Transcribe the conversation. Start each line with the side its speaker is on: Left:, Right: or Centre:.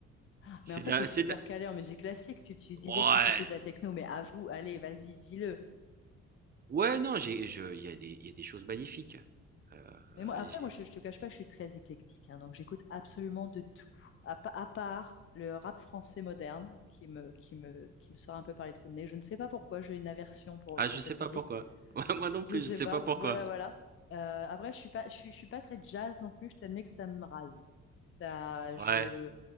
Left: Ah,
Right: C'est
Left: Mais en fait,
Right: de la,
Left: t'es super
Right: c'est de
Left: calé en musique classique. Tu, tu disais
Right: la- ouais,
Left: que t'écoutais de la techno, mais avoue, allez, vas-y, dis-le.
Right: ouais, non, j'ai, je, il y a des, il y a des choses magnifiques. Euh,
Left: Mais
Right: euh,
Left: moi, après,
Right: j'ai-
Left: moi, je, je te cache pas, je suis très éclectique, hein, donc j'écoute absolument de tout, à, pa- à part le rap français moderne qui me, qui me, qui me sort un peu par les trous de nez. Je ne sais pas pourquoi, j'ai une aversion pour,
Right: ah,
Left: pour
Right: je
Left: cette
Right: sais pas
Left: musique.
Right: pourquoi. <laughs> Ouais, Moi non
Left: Je
Right: plus,
Left: sais
Right: je sais
Left: pas.
Right: pas pourquoi.
Left: Voilà, voilà. Euh, après, je suis pas, je suis, je suis pas très jazz non plus. Je t'admets que ça me rase. Ça,
Right: Ouais,
Left: je,